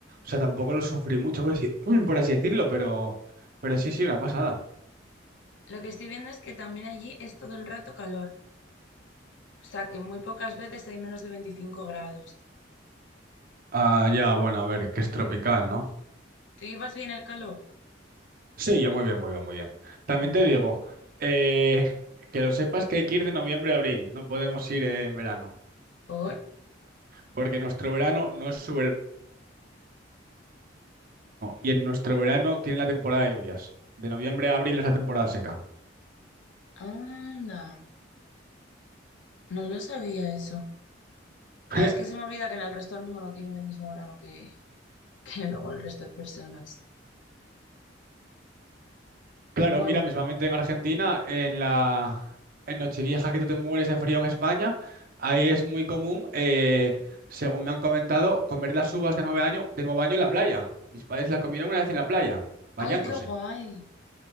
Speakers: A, on the right; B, on the left.
A: sea, tampoco lo sufrí mucho, por así, <clears throat> por así decirlo, pero, pero sí, sí, una pasada.
B: Lo que estoy viendo es que también allí es todo el rato calor. O sea que muy pocas veces hay menos de 25 grados.
A: Ah, ya, bueno, a ver, que es tropical, ¿no?
B: Tú llevas bien el calor?
A: Sí, yo muy bien, muy bien, muy bien. También
B: Vale,
A: te digo,
B: vale.
A: eh, que lo sepas que hay que ir de noviembre a abril, no podemos ir en verano,
B: Por.
A: porque nuestro verano no es su verano y en nuestro verano tiene la temporada de lluvias. De noviembre a abril es la temporada seca.
B: Anda. No lo sabía eso. Claro,
A: <laughs>
B: es que se me olvida que en el resto del mundo no tienen el mismo verano que, <laughs> que luego el resto de personas.
A: Claro,
B: Bueno.
A: mira, mismamente en Argentina, en la en Nochevieja que tú te mueres de frío en España, ahí es muy común, eh, según me han comentado, comer las uvas de nueve año, de nuevo año en la playa. Mis padres las comieron una vez en la playa, bañándose.
B: ¡Ay, qué guay!